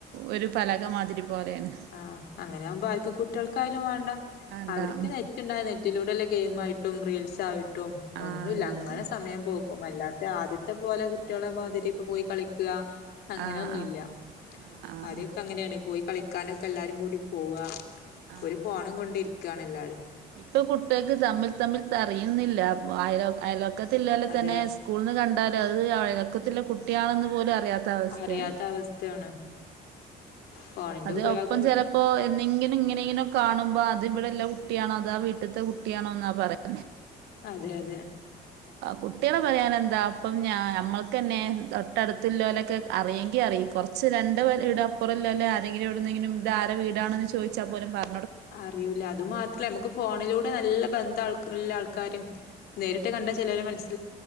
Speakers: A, on the right; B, on the left.
A: ഒരു പലക മാതിരി പോലെയാണ്
B: ആ അങ്ങനെ ആകുമ്പോ ആർക്കും കുട്ടികൾക്കായാലും വേണ്ടാ
A: ആണ്ടാ
B: അവർക്ക്
A: ഉം
B: നെറ്റ് ഇണ്ടാ നെറ്റിലൂടല്ലേ ഗെയിമ ട്ടായിട്ടും റീൽസായിട്ടും ഒന്നൂല്ലാ
A: ആഹ്
B: അങ്ങനെ
A: തന്നെ
B: സമയം പോക്കും അല്ലാ ആദ്യത്തെ പോലെ കുട്ടികളെ മാതിരി ഇപ്പ പോയി കളിക്കുക അങ്ങനൊന്നൂല്ലാ
A: ആഹ് ആഹ് ആഹ്
B: ആദ്യൊക്കെ അങ്ങനെയാണ് പോയി ക്കാനൊക്കെ എല്ലാരും കൂടി പോവാ
A: ആഹ് ആഹ്
B: ഒരു ഫോണും കൊണ്ടിരിക്കാണ് എല്ലാരും
A: ഇപ്പൊ കുട്ടികൾക്ക് തമ്മിൽ തമ്മില് അറിയുന്നില്ലാ അയൽവക്കം അയൽ ക്കത്തില്ലാലെ
B: അത്
A: തന്നെ സ്കൂളീന്ന് കണ്ടാലും അത് അയലക്കത്തിലുള്ള കുട്ടിയാണെന്ന് പോലും അറിയാ യാത്ത അവസ്ഥയാണ്
B: അറിയാത്ത അവസ്ഥയാണ് ഫോണിന്റെ
A: അത്
B: ഉപയോഗം
A: ഒപ്പം ചെലപ്പോ എന്തെങ്കിലും ഇങ്ങനെ ഇങ്ങനെ കാണുമ്പോ അത് ഇവിടെ ഇള്ള കുട്ടിയാണോ അതാ വീട്ടിലത്തെ കുട്ടിയാണോ എന്നാ പറയാ
B: അതെ അതെ
A: കുട്ടികളെ പറയാന എന്താ അപ്പം ഞാ ഞമ്മൾക്കന്നെ തൊട്ടടുത്തുലുലൊക്കെ അറിയെങ്കി അറി കൊറച്ച് രണ്ട് വീട് അപ്പുറല്ലേ ആരെങ്കിലും എവിടെങ്കിലും ഇതാര വീടാണന്ന് ചോദിച്ചാ പോലും പറ
B: അറിയൂലാ അതു മാത്രല്ലാ നമുക്ക് ഫോണിലൂടെ നല്ല ബന്ധാ <unintelligible> ആൾക്കാരും നേരിട്ട് കണ്ടാ ചെലവര് മനസ്സി